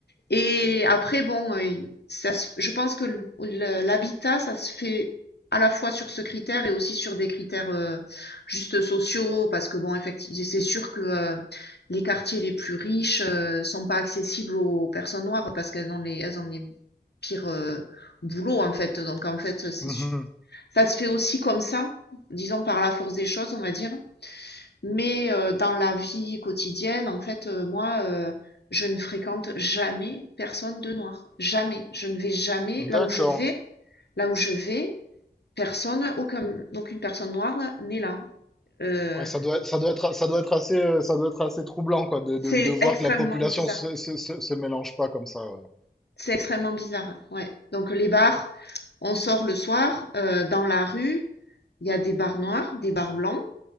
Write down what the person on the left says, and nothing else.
Et après, bon, euh, ça se- je pense que le- le- l'habitat, ça se fait à la fois sur ce critère et aussi sur des critères euh, juste sociaux, parce que bon, effectivement, c'est sûr que euh, les quartiers les plus riches euh, sont pas accessibles aux personnes noires parce qu'elles ont les, elles ont les pires euh, boulots en fait. Donc en fait, c'est
su- ça se fait aussi comme ça, disons par la force des choses, on va dire. Mais euh, dans la vie quotidienne, en fait, euh, moi, euh, je ne fréquente jamais personne de noir. Jamais. Je ne vais jamais là
où je vais. Là où je vais, personne, aucun, aucune personne noire n'est là. Euh,
c'est
extrêmement
bizarre.
C'est extrêmement bizarre. Ouais. Donc les bars, on sort le soir, euh, dans la rue, il y a des bars noirs, des bars blancs,